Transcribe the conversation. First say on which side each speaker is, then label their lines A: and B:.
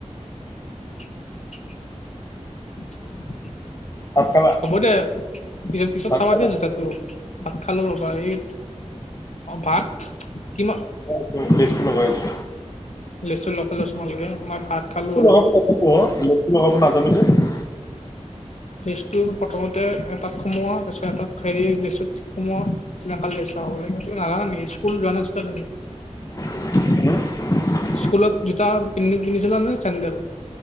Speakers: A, on the left; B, on the left.
A: <inaudible>
B: ভাত খালা
A: হ'ব দে পিছত পিছত
B: ভাত
A: চাবা
B: খালা
A: দিয়া জোতাটো ভাত খালো ৰবা এই অ ভাত কিমা-
B: হয় ব্যস্ত হৈ আছো
A: লিষ্টটো নকলাচোন ভালকে মই ভাত খালো আৰু।
B: মুৰ্গী বনাব নাজানো মই মুৰ্গী বনাব নাজানো যে
A: লিষ্টটো প্ৰথমতে এটাত সোমোৱা তাৰপিছত এটাত হেৰি লিষ্টটোত সোমোৱা না কালি চাবলে কৈছো নাজানা নেকি স্কুল যোৱা নাছিলা তুমি
B: হম
A: স্কুলত জোতা পিন্ধি পিন্ধিছিলা নে চেন্ডেল